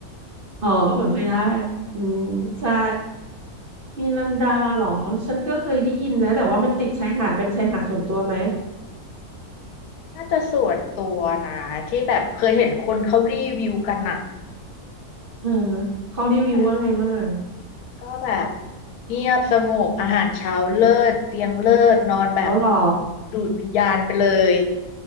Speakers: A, on the right (about 45°); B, on the left (about 80°).
A: อ๋อผลพลอยได้ อืมใช่มีลันดาเหรอฉันก็เคยได้ยินนะแต่ว่ามันติดชายหาดเป็นชายหาดส่วนตัวไหม
B: น่าจะส่วนตัวนะที่แบบเคยเห็นคนเขารีวิวกันอะ
A: เออเขารีวิวว่าไงมั่งอ่ะ
B: ก็แบบ ก็แบบเงียบสงบอาหารเช้าเลิศเตียงเลิศนอนแบบ
A: เอาเหรอ
B: ดูดวิญญาณไปเลย